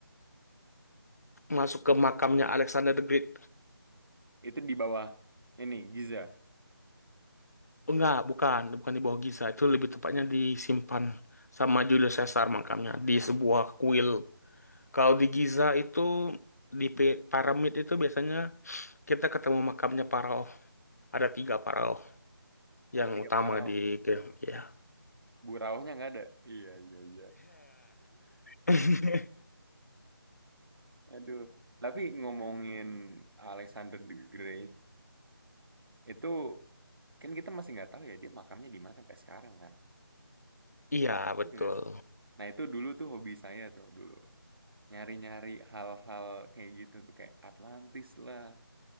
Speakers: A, on the left; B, on the right.
A: masuk ke makamnya Alexander the Great.
B: Itu di bawah ini Giza.
A: Enggak, bukan, bukan di bawah Giza. Itu lebih tepatnya disimpan sama Julius Caesar makamnya di sebuah kuil. Kalau di Giza itu di pi- piramid itu biasanya kita ketemu makamnya Pharaoh. Ada tiga Pharaoh
B: Ada
A: yang
B: tiga
A: utama
B: Parao.
A: di ya.
B: Buraunya nggak ada. Iya, iya, iya.
A: <laughs>
B: Aduh. Tapi ngomongin Alexander the Great itu kan kita masih nggak tahu ya dia makamnya di mana sampai sekarang kan.
A: Iya, betul.
B: Iya nggak Nah itu dulu tuh hobi saya tuh dulu nyari-nyari hal-hal kayak gitu tuh kayak Atlantis lah